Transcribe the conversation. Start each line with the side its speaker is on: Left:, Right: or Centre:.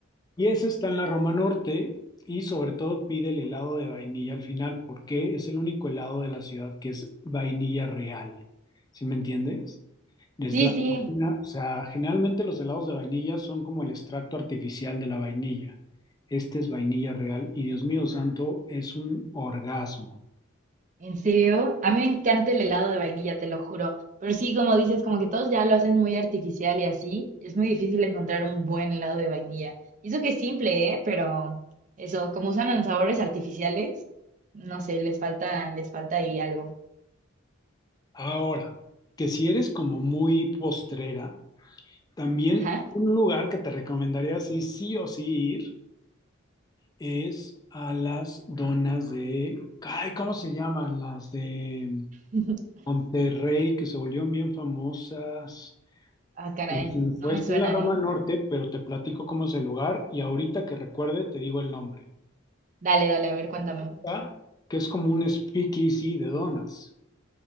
Left: Y ese está en la Roma Norte y sobre todo pide el helado de vainilla al final porque es el único helado de la ciudad que es vainilla real. ¿Sí me entiendes? Es
Right: Sí,
Left: la,
Right: sí,
Left: o sea, generalmente los helados de vainilla son como el extracto artificial de la vainilla. Este es vainilla real y Dios mío santo, es un orgasmo.
Right: ¿En serio? A mí me encanta el helado de vainilla, te lo juro. Pero sí, como dices, como que todos ya lo hacen muy artificial y así, es muy difícil encontrar un buen helado de vainilla. Y eso que es simple, ¿eh? Pero eso, como usan los sabores artificiales, no sé, les falta, les falta ahí algo.
Left: Ahora, que si eres como muy postrera, también
Right: Ajá.
Left: un lugar que te recomendaría sí, sí o sí ir es a las donas de, ay, ¿cómo se llaman? Las de
Right: <laughs>
Left: Monterrey, que se volvieron bien famosas.
Right: Ah, caray,
Left: Pues,
Right: no
Left: Fue
Right: me
Left: está
Right: suena,
Left: en la Roma
Right: ¿eh?
Left: Norte, pero te platico cómo es el lugar y ahorita que recuerde te digo el nombre.
Right: Dale, dale, a ver, cuéntame.
Left: Está, Que es como un speakeasy de donas.